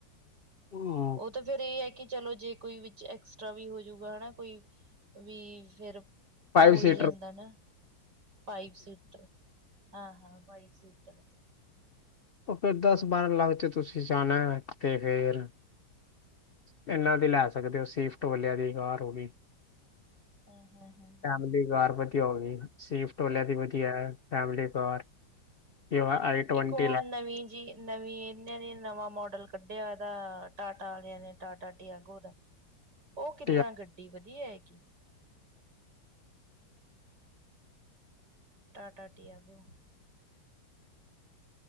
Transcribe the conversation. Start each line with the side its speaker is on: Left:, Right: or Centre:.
Left: ਹੂੰ
Right: ਓ ਤਾਂ ਫੇਰ ਏ ਹੈ ਕਿ ਚਲੋ ਜੇ ਕੋਈ ਵਿੱਚ ਐਕਸਟਰਾ ਵੀ ਹੋਜੂਗਾ ਹਨਾ ਕੋਈ। ਵੀ ਫੇਰ
Left: ਫਾਈਵ
Right: ਹੋਈ
Left: ਸੀਟਰ
Right: ਜਾਂਦਾ ਨਾ ਫਾਈਵ ਸੀਟਰ ਹਾਂ- ਹਾਂ ਫਾਈਵ ਸੀਟਰ।
Left: ਉਹ ਫਿਰ ਦਸ ਬਾਰਾਂ ਲੱਖ ਚ ਤੁਸੀਂ ਜਾਣਾ ਤੇ ਫੇਰ ਇਹਨਾਂ ਦੀ ਲੈ ਸਕਦੇ ਹੋ ਸੀਫਟ ਵਾਲਿਆਂ ਦੀ ਕਾਰ ਹੋ ਗਈ
Right: ਹਮ ਹਮ ਹਮ
Left: ਫੈਮਲੀ ਕਾਰ ਵਧੀਆ ਹੋ ਗਈ ਸਵਿਫਟ ਵਾਲੀਆ ਦੀ ਵਧੀਆ ਫੈਮਲੀ ਕਾਰ <unintelligible>
Right: ਇੱਕ ਹੁਣ
Left: ਲੈਣੀ
Right: ਨਵੀਂ ਜਿਹੀ ਨਵੀਂ ਇਨ ਨੇ ਨਵਾਂ ਮੋਡਲ ਕੱਢਿਆ ਇਹਦਾ ਟਾਟਾ ਵਾਲਿਆਂ ਨੇ ਟਾਟਾ ਟੀ ਆਗੂ ਦਾ ਉਹ ਕਿੱਦਾਂ
Left: ਹੈ
Right: ਗੱਡੀ ਵਧੀਆ ਹੈਗੀ ਟਾਟਾ ਟਆਗੋ